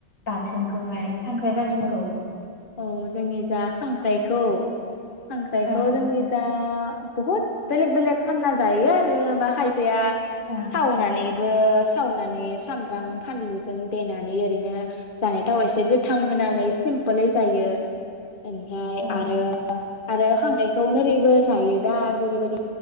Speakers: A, on the left; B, on the left.
A: बाथोनखौहाय? खांख्राइ बाथोनखौ
B: औ औ जोंनि जा खांख्राइखौ खांखायखौ
A: औ
B: जोंनि जा बहुद बेलेग बेलेग खामना जायो आरो मा खायसेया।
A: ओं
B: सावनानै ओ सावनानै सामब्रां फानलु जों देनानै ओरैनो जानाय थाव एसे गो थांहोनै सिम फोलै जायो ओमफ्राय
A: ओं
B: आरो आरो खांख्रायखौ नोरैबो जायो दा जेरैबायदि